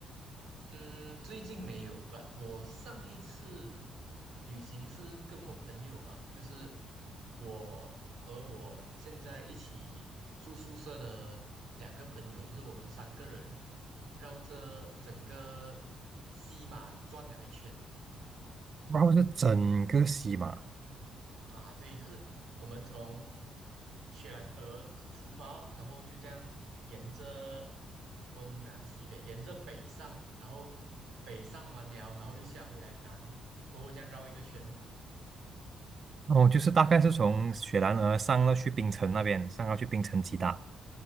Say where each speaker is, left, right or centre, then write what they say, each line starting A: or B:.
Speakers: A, on the right; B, on the right.
A: 嗯，最近没有吧？我上一次旅行是跟我朋友吧，就是我和我现在一起住宿舍的两个朋友，就是我们三个人绕着整个西马转了一圈。
B: 然后是整个西马，
A: 啊，对，就是我们从雪兰莪出发，然后就这样沿着东南西北，沿着北上，然后北上完了，然后又下回来南，过后这样绕一个圈哦。
B: 哦，就是大概是从雪兰莪上到去槟城那边，上到去槟城吉打，